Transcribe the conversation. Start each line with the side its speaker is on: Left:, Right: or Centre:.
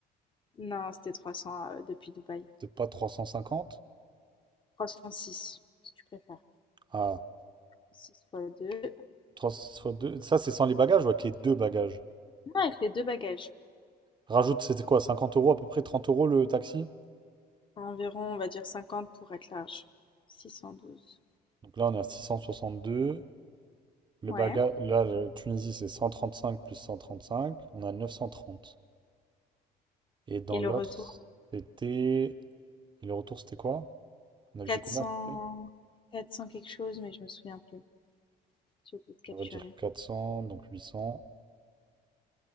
Left: Non, c'était 300 euh, depuis Dubaï.
Right: C'était pas 350?
Left: 306, si tu préfères.
Right: Ah,
Left: six fois 2.
Right: 300 fois deux- Ça, c'est sans les bagages ou avec les deux bagages?
Left: Non, avec les deux bagages.
Right: Rajoute, c'était quoi? cinquante euros à peu près, 30 euros le taxi?
Left: Environ, on va dire 50 pour être large. 612.
Right: Donc là, on est à deux Le
Left: Ouais.
Right: bagage, là, le Tunisie, c'est 135 plus cent trente cinq On a neuf cent trente Et dans
Left: Et le
Right: l'autre,
Left: retour,
Right: c'était. Et le retour, c'était quoi? On avait
Left: Quatre
Right: dit combien
Left: cents...
Right: à peu près
Left: Quatre 400 quelque chose, mais je me souviens plus. J'ai oublié de
Right: On
Left: capturer.
Right: va dire 400, donc 800.